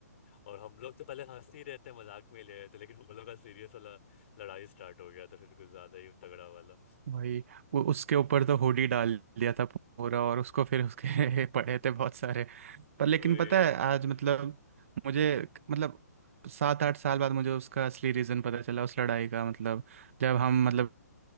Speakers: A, on the left (about 45°); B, on the right (about 50°).
A: और हम लोग तो पहले हंस ही रहते मजाक में ही ले रहे थे लेकिन वो लोग का सीरियस वाला लड़ाई स्टार्ट हो गया था फिर कुछ ज्यादा ही तगड़ा वाला
B: वही वो उसके ऊपर तो हुडी डाल दिया था पूरा और उसको फिर उसके <laughs> पड़े थे बहुत सारे पर लेकिन
A: वही
B: पता
A: वही
B: है आज मतलब मुझे मतलब सात आठ साल बाद मुझे उसका असली रीज़न पता चला उस लड़ाई का मतलब जब हम मतलब